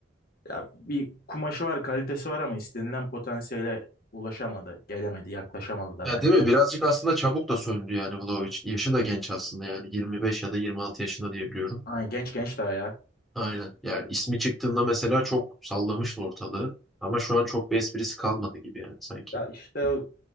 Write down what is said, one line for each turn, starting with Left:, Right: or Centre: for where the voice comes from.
Left: Ya bir kumaşı var, kalitesi var ama istenilen potansiyele ulaşamadı, gelemedi, yaklaşamadı da
Centre: Ya
Left: bence.
Centre: değil mi? Birazcık aslında çabuk da söndü yani Vlahovic. Yaşı da genç aslında yani 25 ya da 26 yaşında diyebiliyorum.
Left: Aynen genç genç daha ya.
Centre: Aynen. Yani ismi çıktığında mesela çok sallamıştı ortalığı. Ama şu an çok bir esprisi kalmadı gibi yani sanki.
Left: Ya işte